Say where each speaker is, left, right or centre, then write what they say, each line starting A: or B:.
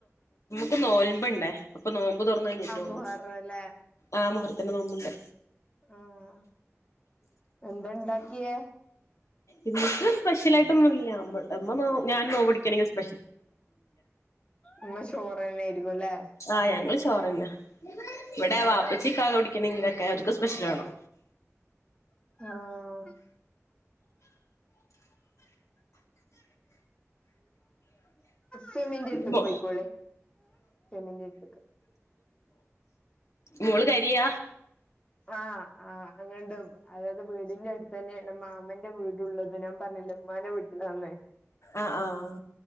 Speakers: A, on the left; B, on the left.
A: ക്ക് നോൽമ്പ്ണ്ടേ അപ്പൊ നോമ്പ് തൊർന്നഴിഞ്ഞിട്ടൊള്ളൂ
B: മുഹറല്ലേ
A: ആഹ് മുഹറത്തിന്റെ നോമ്പ്ണ്ട്.
B: ആഹ് എന്താ ണ്ടാക്ക്യേ?
A: ഇന്ന്ക്ക് സ്പെഷ്യലായിട്ടൊന്നുല്ല അമ്മ അമ്മ നോ ഞാൻ നോമ്പ്ടിക്കണെങ്കി സ്
B: ഇന്ന് ചോറെന്നേര്ക്കുല്ലേ.
A: ആഹ് ഞങ്ങൾ ചോറെന്നെ ഇവടെ
B: ഉം
A: വാപ്പച്ചിക്ക കുടിക്കണെങ്കിലൊക്കെ അവര്ക്ക് സ്പെഷ്യലാണം.
B: ആഹ് ഫെമിന്റെ അടുത്തേക്ക്
A: മോ
B: പോയിക്കോളി ഫെമിന്റെ അടുത്തേക്ക്
A: മോള് കരിയ?
B: ആഹ് ആഹ് അങ്ങണ്ടും അതായത് വീടിന്റെ അട്ത്തെന്നെണ് മാമന്റെ വീ ട്ള്ളത് ഞാം പർഞ്ഞില്ലേ ഇമ്മാൻ്റെ വീട്ടിലാന്ന്.
A: ആഹ് ആഹ്.